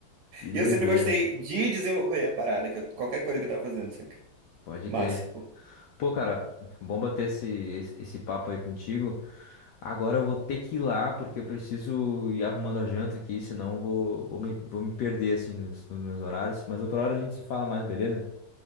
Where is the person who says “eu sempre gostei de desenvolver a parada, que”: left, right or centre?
Right